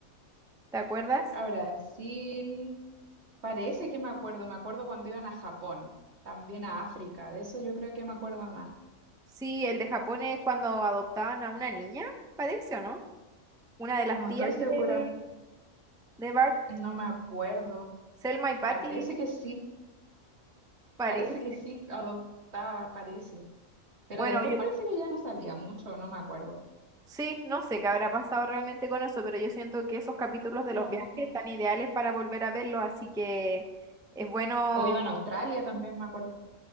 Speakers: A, in the centre; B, on the right.
A: ¿te acuerdas?
B: A Brasil. Parece que me acuerdo. Me acuerdo cuando iban a Japón. También a África. De eso yo creo que me acuerdo más.
A: Sí, el de Japón es cuando adoptaban a una niña, parece, ¿o no? Una de las
B: No
A: tías
B: estoy segura.
A: de, de Bart,
B: No me acuerdo.
A: Selma y Patty,
B: Parece que sí.
A: parece.
B: Parece que sí. Adoptaba, parece. Pero
A: Bueno,
B: después
A: yo,
B: parece que ya no salía mucho. No me acuerdo.
A: Sí, no sé qué habrá pasado realmente con eso, pero yo siento que esos capítulos de los
B: No,
A: viajes
B: un poco.
A: están ideales para volver a verlos, así que es bueno.
B: O iban a Australia también, me acuerdo.